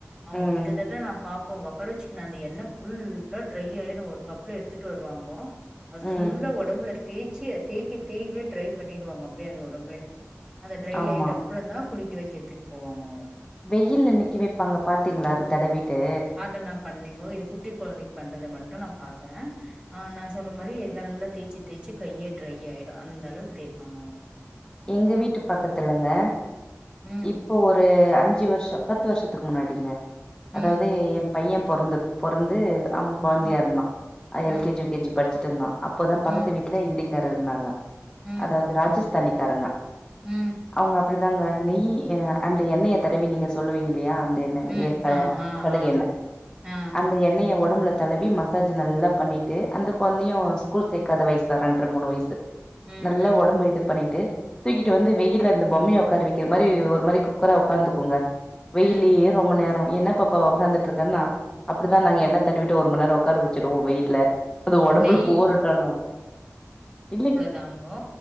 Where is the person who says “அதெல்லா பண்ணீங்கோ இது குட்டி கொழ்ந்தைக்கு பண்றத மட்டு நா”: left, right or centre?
Right